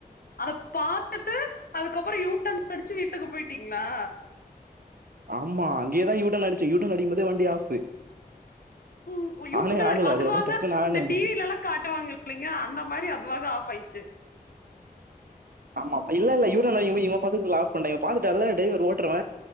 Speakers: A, on the left (about 70°); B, on the right (about 70°).
A: அத பாத்துட்டு அதுக்கப்புற யூட்டேன் அடிச்சு வீட்டுக்கு போயிட்டீங்களா
B: ஆமா அங்கேயேதான் யூடன் அடிச்ச யூடன் அடிபது வண்டி ஆப்
A: ம், ஐயோ,
B: ஆனே ஆகல.
A: அதுவாக
B: அதுக்கப்புறம் டக்குன்னு ஆன்
A: இந்த
B: ஆயிடுச்சு.
A: டிவில எல்லா காட்டுவாங்க இல்லைங்க அந்த மாரி அதுவாக ஆப் ஆயிடுச்சு
B: ஆமா ஆமா இல்ல இல்ல <unintelligible> பாத்து ஆப் பண்ட்டா பாத்துட்டால்ல டிரைவர் ஓட்றவ